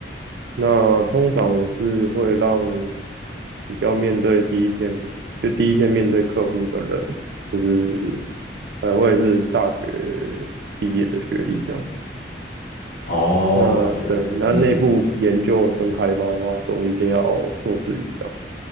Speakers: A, on the right; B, on the left.
A: 那通常我是会让比较面对第一线，就第一线面对客户的人，就是呃，会是大学毕业的学历这样。
B: 哦，
A: 那对，
B: 了解了解。
A: 那内部研究跟开发的话，
B: 嗯
A: 都一定要硕士以上。